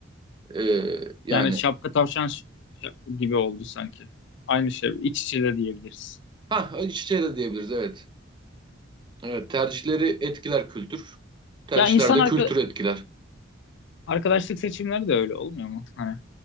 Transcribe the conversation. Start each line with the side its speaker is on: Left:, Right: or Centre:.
Right: E, yani
Left: Yani şapka tavşan ş- ş- gibi oldu sanki. Aynı şey. iç içe de diyebiliriz.
Right: ha iç içe de diyebiliriz evet. Evet tercihleri etkiler kültür. Tercihler
Left: Ya insan
Right: de
Left: arka-
Right: kültürü etkiler.
Left: arkadaşlık seçimleri de öyle olmuyor mu? Hani